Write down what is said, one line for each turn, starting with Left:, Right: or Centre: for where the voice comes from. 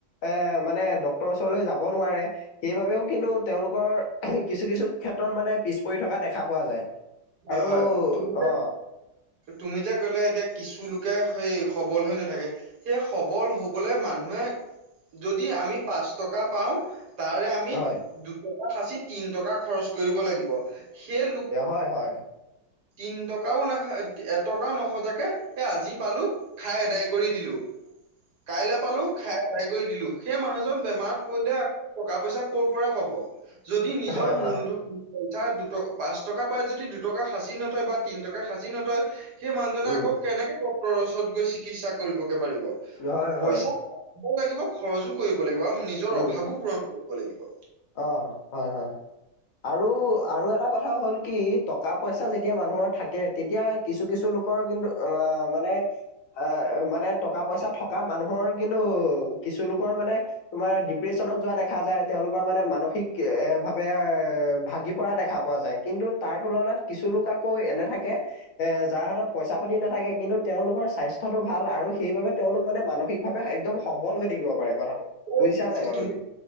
Left: এ মানে ডক্তৰৰ ওচৰলৈ যাব নোৱাৰে সেইবাবেও কিন্তু তেওঁ তেওঁলোকৰ কিছু- কিছু ক্ষেত্ৰত মানে পিছ পৰি থকা দেখা পোৱা যায়।
Right: হয়-হয়
Left: আৰু
Right: তুমি যে
Left: অ
Right: তুমি যে কলে এতিয়া কিছু লোক সেই সবল হৈ নাথাকে সেই সবল হ'বলে মানুহে যদি আমি পাঁচ টকা পাওঁ। তাৰে আমি
Left: হয়
Right: দুটকা সাঁচি তিন টকা খৰচ কৰিব লাগিব সেই লোকে
Left: হয়-হয়,
Right: তিন টকাও নাখা এটকাও নখজাকে এ আজি পালো খাই এদাই কৰি দিলো।
Left: <inaudible>
Right: কাইলে পালো খাই ভাই কৰি দিলো সেই মানুহজন বেমাৰত পৰিলে। টকা পইচা কৰ' পৰা পাব যদি নিজৰ
Left: হয় হয়,
Right: মূলধন পইচা দুট পাঁচ টকা। পায় যদি দুটকা সাঁচি নথয় বা তিনি টকা সাঁচি নথয় সেই মানুহজনে
Left: উম,
Right: আকৌ কেনেকে <unintelligible> ওচৰত গৈ চিকিৎসা কৰিবগে পাৰিব,
Left: হয়
Right: পইচা
Left: হয়,
Right: <unintelligible> লাগিব খৰছো কৰিব ল আৰু নিজৰ
Left: উম,
Right: অভাৱো পূৰণ কৰিব লাগিব।
Left: অ' হয়-হয় আৰু-আৰু এটা কথা কথা হ'ল কি টকা পইচা যেতিয়া মানুহৰ থাকে তেতিয়া কিছু-কিছু লোকৰ কিন্তু আহ মানে আ মানে টকা পইচা থকা মানুহৰ কিন্তু কিছু লোকৰ মানে তোমাৰ ডিপ্ৰেশচনত যোৱা দেখা যায় তেওঁলোক, মানে মানসিক এ ভাৱে ভাগি পৰা দেখা পোৱা যায়। কিন্তু তাৰ তুলনাত কিছু লোক আকৌ এনে থাকে এ যাৰ হাতত পইচা পাতি নাথাকে কিন্তু তেওঁলোকৰ স্বাস্থ্যতটো ভাল আৰু সেইবাবে তেওঁলোক মানে মানসিকভাৱে এক্দম সবল হৈ থাকিব পাৰে।
Right: তুমি
Left: বুজিছা নাই
Right: যে
Left: বাৰু
Right: তুমি